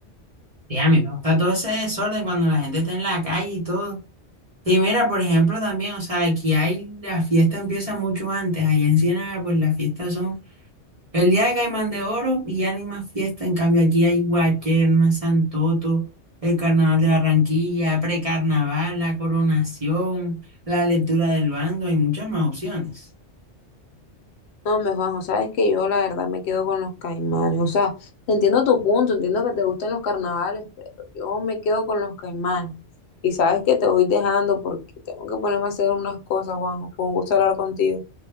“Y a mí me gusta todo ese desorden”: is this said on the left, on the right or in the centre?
Right